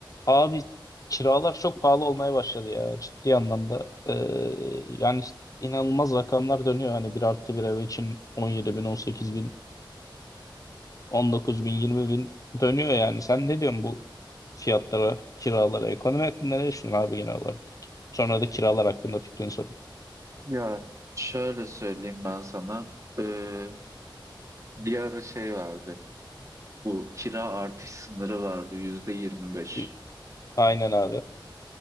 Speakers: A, on the left (about 45°); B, on the right (about 40°).
A: Abi kiralar çok pahalı olmaya başladı ya ciddi anlamda. Ee, yani işte inanılmaz rakamlar dönüyor. Hani bir artı bir ev için 17 bin, 18 bin, 19 bin, 20 bin dönüyor yani. Sen ne diyorsun bu fiyatlara, kiralara? Ekonomi hakkında ne düşünüyorsun abi genel olarak? Sonra da kiralar hakkında fikrini sorayım.
B: Ya şöyle söyleyeyim ben sana. Ee, bir ara şey vardı. Bu kira artış sınırı vardı yüzde yirmi beş.
A: İ- Aynen abi.